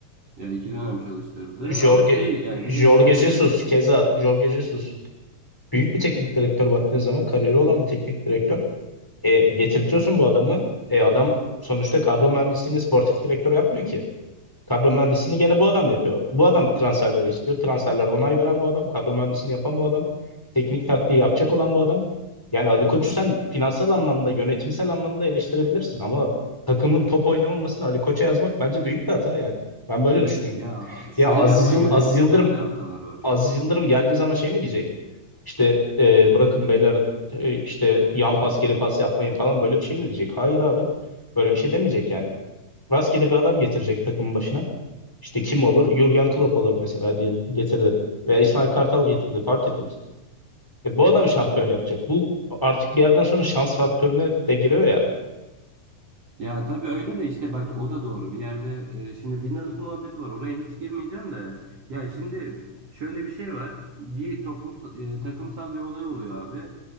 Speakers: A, on the right; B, in the centre.
A: Ya iki dönem çalıştırdı.
B: Jorge,
A: Ama şey yani bir
B: Jorge
A: de şöyle
B: Jesus keza Jorge Jesus büyük bir teknik direktör baktığın zaman kariyeri olan bir teknik direktör. E, getirtiyorsun bu adamı. E, adam sonuçta kadro mühendisliğini sportif direktör yapmıyor ki. Kadro mühendisliğini gene bu adam yapıyor. Bu adam transferleri istiyor. Transferler onay veren bu adam. Kadro mühendisliğini yapan bu adam. Teknik taktiği yapacak olan bu adam. Yani Ali Koç'u sen finansal anlamda, yönetimsel anlamda eleştirebilirsin ama takımın top oynamamasını Ali Koç'a yazmak bence büyük bir hata yani. Ben böyle düşünüyorum.
A: ya şöyle
B: Ya Aziz,
A: ama
B: Yıl-
A: yönetimsel
B: Aziz Yıldırım
A: de hatalar var.
B: Aziz Yıldırım geldiği zaman şey mi diyecek? İşte e, bırakın beyler e, işte yan pas geri pas yapmayın falan böyle bir şey mi diyecek? Hayır abi. Böyle bir şey demeyecek yani. Rastgele bir adam getirecek takımın başına. İşte kim olur? Jürgen Klopp alır mesela diyelim. Getirdi. Veya İsmail Kartal getirdi. Fark etmez. E, bu adam şampiyon yapacak. Bu artık bir yerden sonra şans faktörüne de giriyor ya.
A: Ya tabii öyle de işte bak o da doğru. Bir yerde e, şimdi winner'lık muhabbeti var. Oraya hiç girmeyeceğim de. Ya şimdi şöyle bir şey var. Bir toplum e, takımsal bir olay oluyor abi.